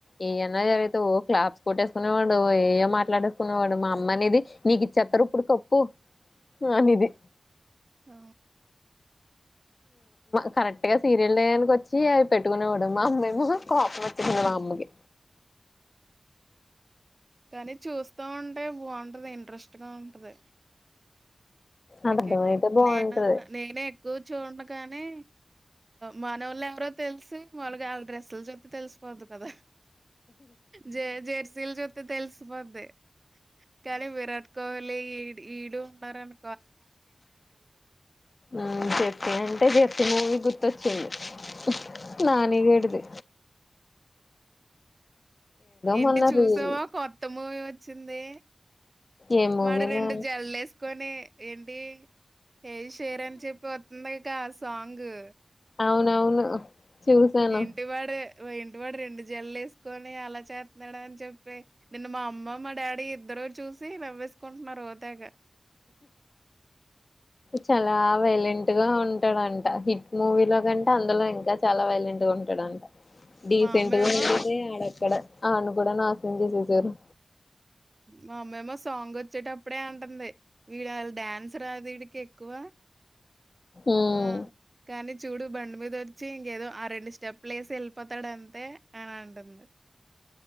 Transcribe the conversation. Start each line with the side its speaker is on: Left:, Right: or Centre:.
Left: ఏ అన్నా జరుగుతవో క్లాబ్స్ కొట్టేసుకునేవాడు ఏ మాట్లాడేసుకునేవాడు మా అమ్మ అనేది నీకు ఇచ్చేస్తారు ఇప్పుడు కప్పు అనేది
Right: అ
Left: కరెక్ట్ గా సీరియల్ వేయనికి వచ్చి అవి పెట్టుకునే కూడాడు మా అమ్మేమ కాపం వచ్చింది మా అమ్మకి
Right: కానీ చూస్తా ఉంటే బాగుంటది ఏ ట్రస్ట్ గా ఉంటది క్రికెట్
Left: అది అర్థమైతే బాగుంటది
Right: నేను నేనే ఎక్కువ చూడి కానే మానవాళ్ళ ఎవరో తెలిసి మాలుగా వాళ్ళ డ్రెస్సుల చ తెలిసిపోద్దు కదా జ జర్సిల్ చ తె తెల్సిపోద్ది కానీ విరాట్ కోహ్లీ ఈడ్ ఈడుంటారను
Left: ఆ చెప్పిఅంటే చెప్పినాను గుర్తొచ్చింది మ్ నా నీగేడిది
Right: ఏంటి
Left: మొన్న
Right: చూసావా
Left: రీల్
Right: కొత్త మూవి వచ్చింది
Left: ఏ మూవీనా
Right: వాడు రెండు జల్లేస్ కొని ఏంటి ఏది షేర్ అని చెప్పి ఒస్తుంది ఇంకా సాంగు
Left: అవునవును చూసాను
Right: ఏంటి వాడు ఏంటి వాడు రెండు జల్లు వేసుకొని అలా చేస్తున్నాడు అని చెప్పి, నిన్న మా అమ్మ మా డాడీ ఇద్దరు చూసి నవ్వేసుకుంటున్నారు ఓతేగ
Left: చాల వైలెంట్ గా ఉంటాడంట హిట్ మూవీ లో కంటే అందులో ఇంకా చాలా వైలెంట్ గా ఉంటాడంట. డీసెంట్గా
Right: మా అమ్మేమో
Left: ఉండేదే ఆడక్కడ ఆళ్ళు కూడా నాశనం చేసేశారు
Right: మా అమ్మేమో సాంగ్ వచ్చేటప్పుడే అంటుంది. వీడు వాళ డాన్స్ రాదు వీడికి ఎక్కువ
Left: ఉమ్
Right: ఆ కానీ చూడు బండి మీద వ చ్చి ఇంకేదో ఆ రెండు స్టెప్లు వేసి వెళ్ళిపోతాడు అంతే అని అంటుంది.